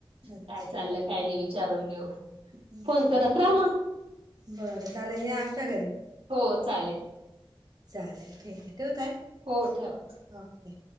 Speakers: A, on the right (about 45°); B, on the right (about 85°).
A: अच्छा
B: काय चाललं काय नाही विचारून घेऊ
A: हम्म
B: फोन करत राहा मग
A: बरं चला या आमच्या घरी
B: हो चालेल
A: चालेल ठीक आहे ठेवू ताई
B: हो ठेवा
A: ओके